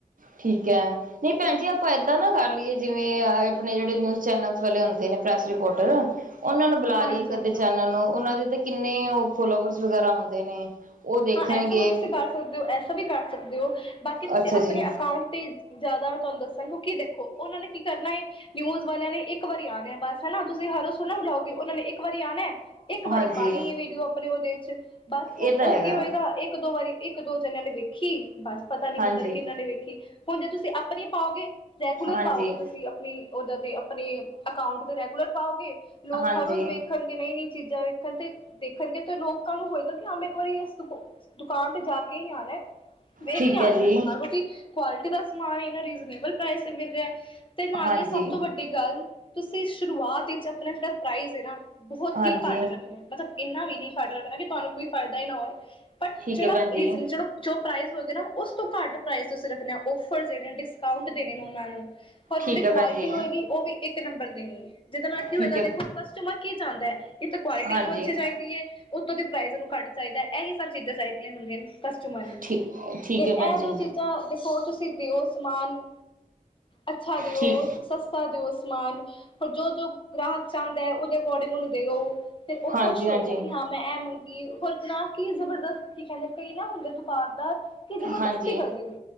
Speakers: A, on the right; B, on the left.
A: ਠੀਕ ਐ ਨੀ ਭੈਨ ਜੀ ਆਪਾ ਐਦ ਆ ਨਾ ਕਰ ਲੀਏ ਜਿਵੇ ਅਪਣੇ ਜੇੜੇ ਨਿਊਜ਼ ਚੈਨਲਸ ਵਾਲੇ ਹੁੰਦੇ ਨੇ ਪ੍ਰੈਸ ਰਿਪੋਰਟਰ। ਓਨਾ ਨੂੰ ਬੁਲਾ
B: ਹਾਂਜੀ
A: ਲੀਏ ਇਕ
B: ਹਾਂਜੀ
A: ਅੱਧੇ ਚੈਨਲ ਨੂੰ ਓਨਾ ਦੇ ਤੇ ਕਿੰਨੇ ਓ ਫੋਲੋਵਰਸ ਵਗੈਰਾ ਹੁੰਦੇ ਨੇ। ਉਹ ਦੇਖਣਗੇ,
B: ਹਾਂ ਐਸਾ ਵੀ ਤੁਸੀ ਕਰ ਸਕਦੇ ਓ ਐਸਾ ਵੀ ਕਰ ਸਕਦੇ ਓ ਬਾਕੀ ਤੁਸੀ
A: ਅੱਛਾ
B: ਅਪਨੇ
A: ਜੀ,
B: ਅਕਾਊਂਟ ਤੇ ਜਾਦਾ ਤਾਨੂੰ ਦਸਨ ਕੁੱਕੂ ਦੇਖੋ ਓਨਾ ਨੇ ਕੀ ਕਰਨਾ ਏ ਨਿਊਜ਼ ਵਾਲਿਆ ਨੇ ਇੱਕ ਵਰੀ ਆਨਾ ਬਸ ਹਨਾ ਤੁਸੀ ਹਰ ਰੋਜ਼ ਥੋੜੀ ਨਾ ਬੁਲਾਓਗੇ ਓਨਾ ਨੇ ਇਕ ਵਰੀ ਆਨਾ ਐ। ਇੱਕ ਵਰੀ
A: ਹਾਂਜੀ।
B: ਪਾਨੀ ਏ ਵੀਡੀਓ ਅਪਨੇ ਓਦੇ ਚ ਬਸ।
A: ਇਹ
B: ਹੁਨ
A: ਤਾਂ
B: ਓ
A: ਹੈਗਾ,
B: ਕੀ ਹੋਏਗਾ ਇੱਕ ਦੋ ਵਾਰੀ ਇਕ ਦੋ ਜਨਯਾ ਨੇ ਵੇਖੀ ਬਸ ਪਤਾ ਨੀ
A: ਹਾਂਜੀ,
B: ਪਤਾ ਨੀ ਕਿਨਾ ਨੇ ਵੇਖੀ। ਹੁਨ ਜੇ ਤੁਸੀ ਅਪਨੀ ਪਾਓਗੇ ਰੈਗੂਲਰ
A: ਹਾਂਜੀ,
B: ਪਾਓਗੇ ਤੁਸੀ ਅਪਨੀ। ਓਦੇ ਤੇ ਅਪਨੇ ਅਕਾਊਂਟ ਤੇ ਰੈਗੂਲਰ ਪਾਓਗੇ ਲੋਕ
A: ਹਾਂਜੀ।
B: ਹਰ ਰੋਜ ਵੇਖ ਦੇਖਨਗੇ ਨਈ ਨਈ ਚੀਜਾ ਵੇਖਨ ਤੇ ਦੇਖਨਗੇ ਤੇ ਲੋਕਾ ਨੂੰ ਹੋਏਗਾ ਕਿ ਅ ਮੈਂ ਇੱਕ ਵਰੀ ਦੁਕਾਨ ਤੇ ਜਾ ਕੇ ਈ ਆਣਾ ਐ ਵੇਖ
A: ਠੀਕ
B: ਕੇ
A: ਹੈ
B: ਆਣਾ
A: ਜੀ
B: ਮੈਂ ਸਮਾਨ ਕਉਕਿ ਕੁਆਲਟੀ ਦਾ ਸਮਾਨ ਇਨਾ ਰੀਜ਼ਨੇਬਲ ਪ੍ਰਾਇਸ ਤੇ ਮਿਲ ਰਆ ਤੇ ਨਾਲੇ
A: ਹਾਂਜੀ
B: ਸਭ ਤੋ ਵੱਡ ਗੱਲ ਤੁਸੀਂ ਸ਼ੁਰੂਆਤ ਈਚ ਆਪਣਾ ਜੇੜਾ ਪ੍ਰਾਈਸ ਏ ਨਾ ਬੋਤ
A: ਹਾਂਜੀ
B: ਈ ਘੱਟ ਰੱਖਨਾ ਐ। ਮਤਲਬ ਇੰਨਾ ਵੀ ਨੀ ਕੱਟ ਰੱਖਨਾ ਕਿ ਤਾਨੂੰ ਕੋਈ ਫਾਇਦਾ ਈ ਨਾ ਹੋਏ ਬਟ
A: ਠੀਕ
B: ਜੇਡਾ
A: ਹੈ ਭੈਣ ਜੀ
B: ਰਿਸ ਜੇਡਾ ਜੋ ਪਾ੍ਇਸ ਹੋਗੇ ਨਾ ਉਸ ਤੋ ਘਟ ਪਾ੍ਇਸ ਤੁਸੀ ਰਖਨੇ ਆ ਔਫਰਸ ਦੇਨੇ ਡਿਸਕਾਉਂਟ ਦੇਨੇ ਨੇ ਓਹਨਾ ਨੂੰ। ਪਰ
A: ਠੀਕ
B: ਜੇੜੀ ਕੁਆਲਟੀ
A: ਹੈ ਭੈਣ ਜੀ
B: ਹੋਏਗੀ ਓ ਵੀ ਇੱਕ ਨੰਬਰ ਦੇਨੀ ਐ। ਜਿਦੇ ਨਾਲ ਕੀ
A: ਠੀਕ
B: ਹੋਏਗਾ
A: ਹੈ
B: ਦੇਖੋ ਕਸਟਮਰ ਕੀ ਚਾਂਦਾ ਐ? ਇਕ ਤੇ ਕੁਆਲਟੀ
A: ਹਾਂਜੀ
B: ਓਨੂੰ ਅੱਛੀ ਚਾਈਦੀ ਐ ਉਤੋ ਦੀ ਪ੍ਰਾਈਜ਼ ਓਨੂੰ ਘੱਟ ਚਾਈਦਾ ਏਹੀ ਸਭ ਚੀਜਾ ਚਾਇਦੀਆ ਹੁੰਦਿਆ ਕਸਟਮਰ ਨੂੰ
A: ਠੀ ਠੀਕ
B: ਤੇ
A: ਹੈ ਭੈਣ
B: ਏਹ
A: ਜੀ
B: ਦੋ ਚੀਜਾ ਦੇਖੋ ਤੁਸੀ ਦਿਓ ਸਮਾਨ ਅੱਛਾ ਦਿਓ।
A: ਠੀਕ
B: ਸਸਤਾ ਦਿਓ ਸਮਾਨ ਜੋ ਜੋ ਗ੍ਰਾਹਕ ਚਾਂਦਾ ਐ ਓਦੇ ਅਕੋਰਡਿੰਗ ਓਨੂੰ ਦਿਓ। ਫੇਰ ਓ
A: ਹਾਂਜੀ
B: ਖੁਸ਼
A: ਹਾਂਜੀ
B: ਹੋਏਗਾ ਕਿ ਹਾਂ ਮੈਂ ਐ ਮੰ ਕਿ ਹੋਰ ਨਾ ਕੀ ਜ਼ਬਰਦਸਤ ਕੀ ਕੈਂਦੇ ਕਈ ਨਾ ਹੁੰਦੇ ਦੁਕਾਨਦਾਰ। ਕਿ ਜਬਰਦਸਤੀ
A: ਹਾਂਜੀ
B: ਕਰਦੇ
A: ਹਾਂਜੀ
B: ਨੇ